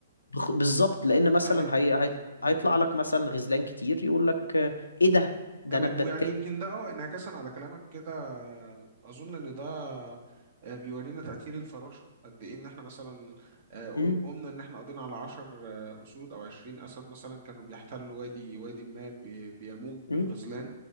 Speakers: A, on the left; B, on the right.
A: بخ- بالظبط لان مثلا
B: تمام
A: هي هي-
B: مم. مم.
A: هيطلع
B: مم.
A: لك مثلا غزلان كتير يقول لك آه، ايه ده ده
B: تمام
A: انا بتاكل
B: ويعني يمكن ده اه انعكاسا على كلامك كده آه، اظن ان ده آه، بيورينا تأثير الفراشة قد ايه ان احنا مثلا آه،
A: امم
B: قمنا ان احنا قضينا على 10 آه، اسود او 20 اسد مثلا كانوا بيحتلوا وادي وادي ما بي- بيموج بالغزلان
A: امم